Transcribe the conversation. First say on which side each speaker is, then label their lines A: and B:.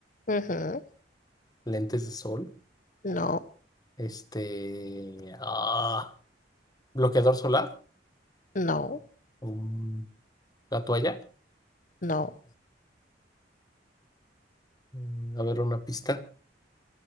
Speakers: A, on the left (about 45°); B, on the left (about 20°).
A: ujú,
B: lentes de sol.
A: No.
B: Este, ah, bloqueador solar.
A: No,
B: Mm, la toalla.
A: no.
B: Mm, A ver, una pista.